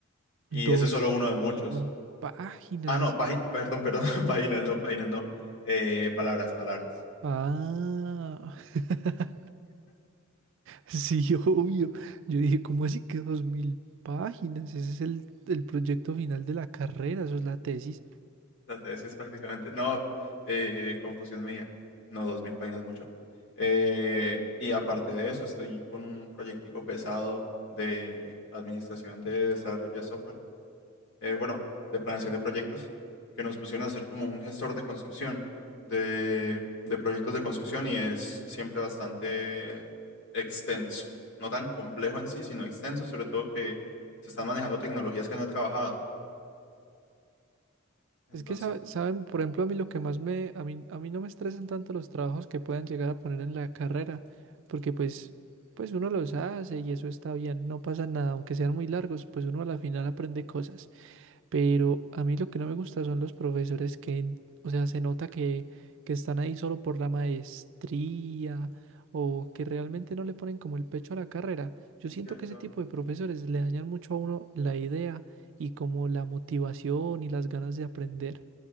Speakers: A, on the left; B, on the right.
A: Y
B: Dos
A: ese es solo uno de muchos.
B: mil páginas.
A: Ah, no, págin- perdón, perdón, <laughs> páginas, no, páginas, no. Eh, palabras, palabras.
B: Ah, <laughs> sí, obvio. Yo dije, ¿cómo así que dos mil páginas? Ese es el, el proyecto final de la carrera, eso es la tesis.
A: La tesis prácticamente. No, eh, confusión mía. No, dos mil páginas mucho. Eh, y aparte de eso, estoy con un proyectico pesado de administración de desarrollo de software. Eh, bueno, de planeación de proyectos, que nos pusieron a hacer como un gestor de construcción, de, de proyectos de construcción y es siempre bastante extenso. No tan complejo en sí, sino extenso, sobre todo que se están manejando tecnologías que no he trabajado. Entonces,
B: Es que sabe- saben, por ejemplo, a mí lo que más me, a mí, a mí no me estresan tanto los trabajos que puedan llegar a poner en la carrera, porque pues, pues uno los hace y eso está bien, no pasa nada, aunque sean muy largos, pues uno a la final aprende cosas. Pero a mí lo que no me gusta son los profesores que, en- o sea, se nota que, que están ahí solo por la maestría o que realmente no le ponen como el pecho a la carrera. Yo
A: es
B: siento
A: cierto.
B: que ese tipo de profesores le dañan mucho a uno la idea y como la motivación y las ganas de aprender.